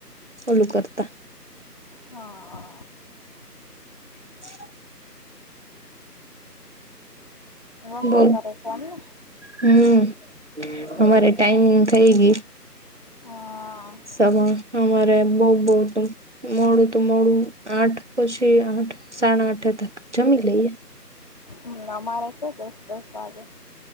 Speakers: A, on the right (about 45°); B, on the left (about 25°).
A: ઓલું કરતા.
B: હા.
A: <inaudible>
B: રસોઈ
A: બો
B: કરે છે એમને
A: હમ.
B: હમ
A: અમારે ટાાઈમિંગ થઈ ગ.
B: હા
A: સમ અમારે બહુ બહ ત. મોડું તો મોડું આઠ પછી આઠ સાડા આઠ તક જમી લઈએ.
B: હમ અમારે તો દસ્ દસવાગે.